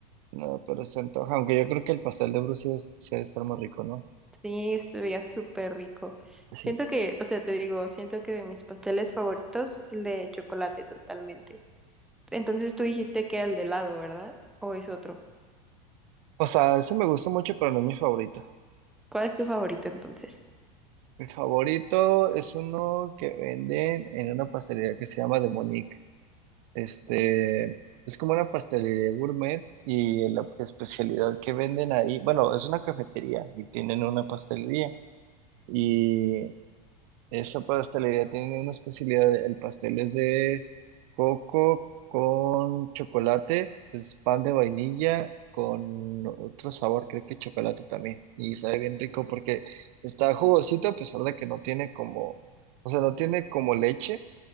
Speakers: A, on the right (about 60°); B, in the centre.
A: No, pero se antoja, aunque yo creo que el pastel de Brucia es, sí debe estar más rico, ¿no?
B: Sí, estuvía súper rico.
A: Ese
B: Siento
A: es-
B: que, o sea, te digo, siento que de mis pasteles favoritos es el de chocolate totalmente. Entonces tú dijiste que era el de helado, ¿verdad? ¿O es otro?
A: O sea, ese me gusta mucho, pero no es mi favorito.
B: ¿Cuál es tu favorito entonces?
A: Mi favorito es uno que venden en una pastelería que se llama de Monique. Este, es como una pastelería gourmet y la especialidad que venden ahí, bueno, es una cafetería y tienen una pastelería. y Esta pastelería tiene una especialidad. El pastel es de coco con chocolate, es pan de vainilla con otro sabor, creo que chocolate también. Y sabe bien rico porque está jugosito a pesar de que no tiene como, o sea, no tiene como leche,